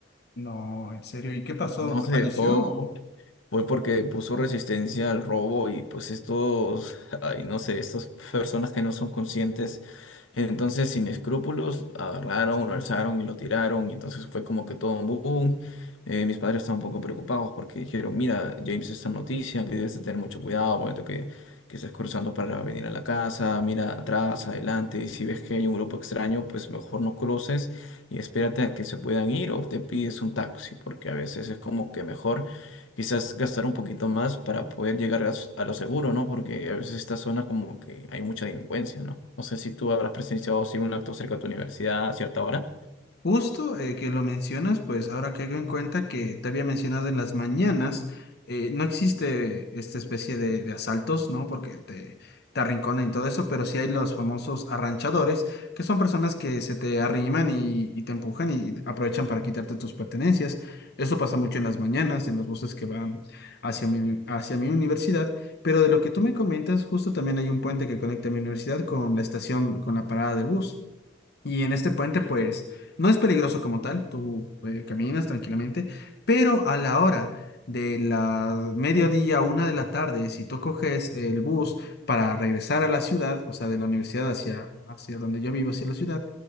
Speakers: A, on the left; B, on the left.
A: No, en serio. ¿Y qué pasó?
B: No
A: ¿Falleció?
B: se dejó, fue porque puso resistencia al robo y pues estos, ay, no sé, estas personas que no son conscientes, entonces sin escrúpulos, agarraron,
A: Sí.
B: lo alzaron y lo tiraron y entonces fue como que todo un boom. Eh, mis padres estaban un poco preocupados porque dijeron, mira, James, esta noticia, que debes de tener mucho cuidado, momento que, que estás cruzando para venir a la casa, mira atrás, adelante, y si ves que hay un grupo extraño, pues mejor no cruces y espérate a que se puedan ir o te pides un taxi, porque a veces es como que mejor quizás gastar un poquito más para poder llegar a, s- a lo seguro, ¿no? Porque a veces esta zona como que hay mucha delincuencia, ¿no? No sé si tú habrás presenciado así un acto cerca de tu universidad a cierta hora.
A: Justo eh, que lo mencionas, pues ahora caigo en cuenta que te había mencionado en las mañanas, eh, no existe esta especie de, de asaltos, ¿no? Porque te, te arrinconan y todo eso, pero sí hay los famosos arranchadores, que son personas que se te arriman y, y te empujan y aprovechan para quitarte tus pertenencias. Eso pasa mucho en las mañanas, en los buses que van hacia mi, hacia mi universidad, pero de lo que tú me comentas, justo también hay un puente que conecta mi universidad con la estación, con la parada del bus. Y en este puente, pues, no es peligroso como tal, tú eh, caminas tranquilamente, pero a la hora de la mediodía, una de la tarde, si tú coges el bus para regresar a la ciudad, o sea, de la universidad hacia, hacia donde yo vivo, hacia la ciudad,